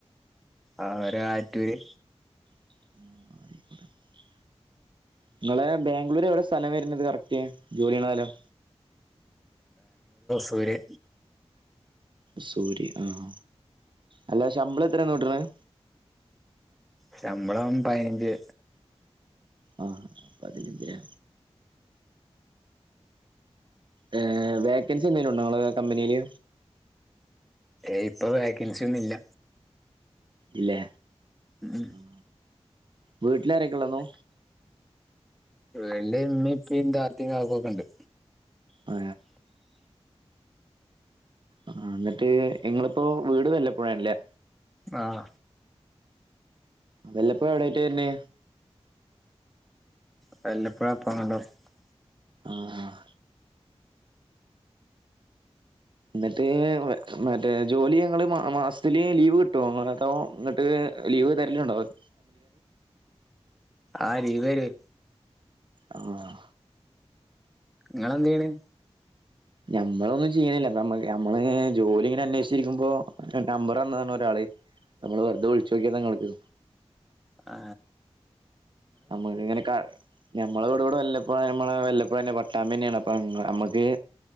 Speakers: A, in the centre; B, on the right.
A: ആ ഒരു ആറ്റൂര്
B: <unintelligible> നിങ്ങളെ ബാംഗ്ലൂര് എവിടെ സ്ഥലം വരുന്നത് കറക്റ്റ് ജോലിയണ സ്ഥലം
A: പോര്
B: സൂര്യ ആഹ അല്ല ശമ്പളം എത്ര നൂട്ടുന്നത്
A: ശമ്പളം പതിനഞ്ച്
B: ആഹ പതിനച്ചുലെ ഏർ വോക്കൻസി എന്തെിലും ഉണ്ടോ നിങ്ങള് കമ്പനിയില്
A: ഇപ്പൊ വോക്കൻസിിയൊന്നും ഇല്ല
B: ഇല്ലേ
A: ഉം
B: ആ വീട്ടിലാരൊക്കെള്ളെന്നോ
A: വീല് ഇമ്മ ഇപ്പും ദാത്തിയും കാക്കൊക്കെ ഉണ്ട്
B: അ ആ എന്നിട്ട് ഇങ്ങളിപ്പോ വീട് വല്ലപ്പോഴാണല്ലേ
A: ആഹ
B: വല്ലപ്പോ എവിടായിട്ട് തരുന്നെ
A: വല്ലപ്പഴാ <unintelligible>
B: ആഹ ആ എന്നിട്ട് മറ്റേ ജോലി ഞങ്ങള് മ മ സ്ലീ ലീവ് കിട്ടോ അതോ എന്നിട്ട് ലീവ് തരിലുണ്ടോ അത്
A: ആ ലിവരും ഉ
B: ആാാ
A: നിങ്ങളെദെയ്‌ന്
B: ഞമ്മളൊന്നും ചെയ്യണില്ല നമ്മള് ജോലി ഇങ്ങനെ അന്വേഷിച്ചിരിക്കുമ്പോ നമ്പർ തന്നതാണ് ഒരാള് നമ്മ വറുതെളിച്ച നോക്കാഞങ്ങക്ക്
A: ആ
B: നമ്മളിങ്ങനെക്കാ ഞമ്മെ വീട് വിടെ വല്ലപ്പോഴ യാമ്മെടെ വല്ലപ്പോഴ തന്നെ പട്ടാമ്പി തന്നെയാണ് അപ്പൊ നമ്മക്ക്